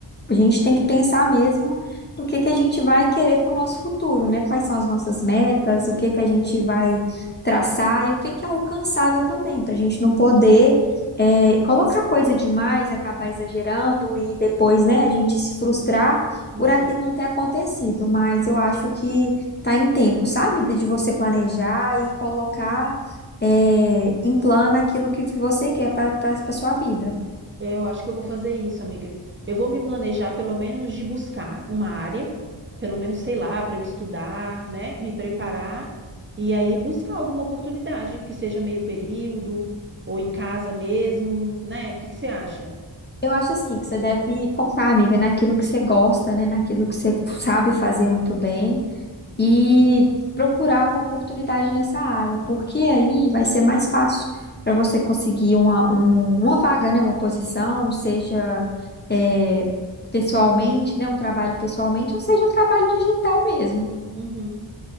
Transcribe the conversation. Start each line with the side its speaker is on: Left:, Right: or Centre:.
Left: a gente tem que pensar mesmo do que que a gente vai querer para o nosso futuro, né? Quais são as nossas metas, o que que a gente vai traçar e o que que é alcançável também, para a gente não poder é, colocar coisa demais, acabar exagerando e depois, né, a gente se frustrar
Right: né?
Left: por aquilo não ter acontecido. Mas eu acho que tá em tempo, sabe? De de você planejar e colocar é, em plano aquilo que, que você quer para para sua vida.
Right: É, Eu acho que eu vou fazer isso, amiga. Eu vou me planejar, pelo menos, de buscar uma área, pelo menos, sei lá, para eu estudar, né? Me preparar e aí buscar alguma oportunidade que seja meio período ou em casa mesmo, né? O que que você acha?
Left: Eu acho assim que você deve focar, amiga, naquilo que você gosta, né? Naquilo que você sabe fazer muito bem e procurar uma oportunidade nessa área, porque aí vai ser mais fácil para você conseguir uma, um- uma vaga, né? Uma posição, seja é, pessoalmente, né? Um trabalho pessoalmente, ou seja, um trabalho digital mesmo.
Right: Uhum.